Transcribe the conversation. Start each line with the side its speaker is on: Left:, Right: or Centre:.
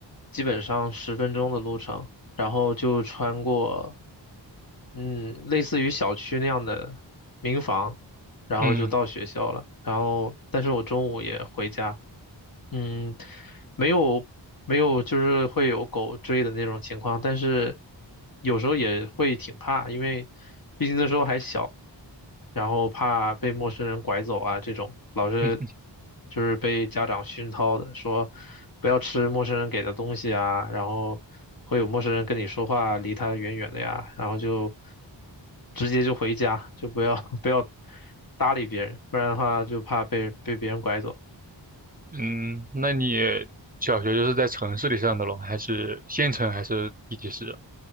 Left: 基本上十分钟的路程，然后就穿过，嗯，类似于小区那样的民房，然后就到学校了。
Right: 嗯
Left: 然后，但是我中午也回家，嗯，没有没有，就是会有狗追的那种情况，但是有时候也会挺怕，因为毕竟那时候还小，然后怕被陌生人拐走啊，这种老是
Right: 嗯 <laughs>
Left: 就是被家长熏陶的，说不要吃陌生人给的东西啊，然后会有陌生人跟你说话，离他远远的呀，然后就直接就回家，就不要 <laughs> 不要搭理别人，不然的话就怕被被别人拐走。
Right: 嗯，那你小学就是在城市里上的咯，还是县城还是地级市啊？